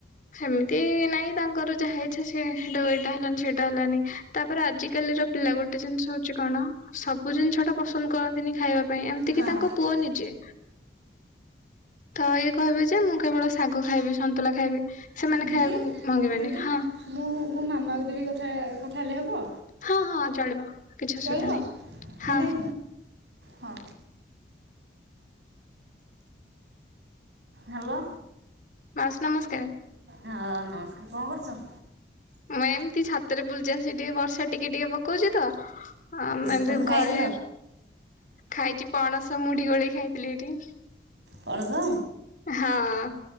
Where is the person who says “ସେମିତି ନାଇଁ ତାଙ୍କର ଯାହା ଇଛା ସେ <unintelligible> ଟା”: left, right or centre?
Left